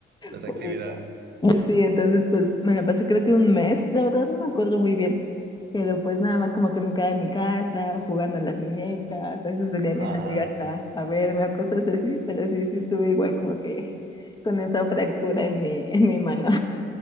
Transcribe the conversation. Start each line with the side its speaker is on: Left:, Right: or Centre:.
Right: Las
Left: por
Right: actividades.
Left: eso. Pues Sí, entonces pues me la pasé creo que un mes, la verdad no me acuerdo muy bien, pero pues nada más como que me quedaba en mi casa jugando a las muñecas, a veces venía a mis
Right: Ajá.
Left: amigas a, a verme o cosas así, pero sí, sí estuve igual como que con esa fractura en mi, en mi mano.